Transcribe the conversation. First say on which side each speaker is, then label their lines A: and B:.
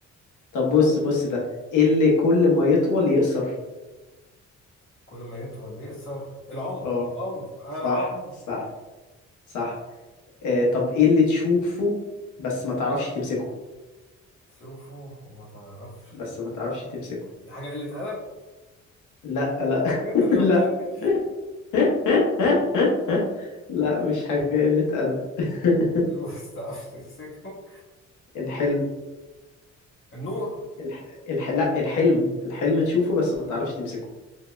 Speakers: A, on the left; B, on the left.
A: طب بص بص ده إيه اللي كل ما يطول يقصر
B: كل ما يطول يقصر العمر
A: اه
B: العمر انا
A: صح
B: عمر
A: صح صح آه طب ايه اللي تشوفه بس ما تعرفش تمسكه
B: تشوفه وما تعرفش
A: بس
B: تاني.
A: ما تعرفش تمسكه
B: دي حاجه قله ادب
A: لا لا
B: <laughs>
A: <laughs>
B: انا
A: لا
B: متاكد
A: <laughs> لا مش حاجة قلة أدب <laughs>
B: تشوفه بس تعرفش تمسكه
A: الحلم
B: النور
A: الح... الح... لا الحلم الحلم تشوفه بس ما تعرفش تمسكه